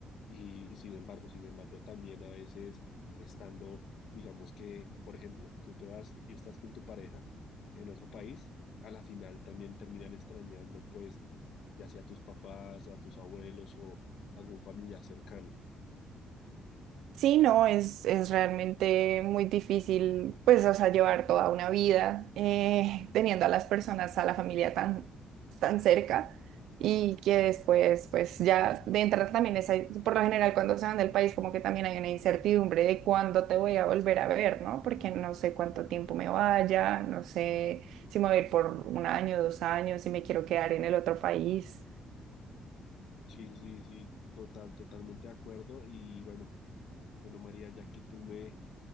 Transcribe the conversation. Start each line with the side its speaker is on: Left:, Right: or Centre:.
Left: Y, y sin embargo, sin embargo, también a veces estando, digamos que, por ejemplo, tú te vas y estás con tu pareja en otro país, a la final también terminan extrañando, pues, ya sea a tus papás, a tus abuelos o algún familiar cercano.
Right: Sí, no, es, es realmente muy difícil, pues, o sea, llevar toda una vida eh, teniendo a las personas, a la familia tan, tan cerca y que después, pues, ya de entrada también es, ahí- por lo general, cuando se van del país, como que también hay una incertidumbre de cuándo te voy a volver a ver, ¿no? Porque no sé cuánto tiempo me vaya, no sé si me voy a ir por un año, dos años, si me quiero quedar en el otro país.
Left: Sí, sí, sí, sí, total, totalmente de acuerdo. Y bueno, bueno, María, ya que tú me,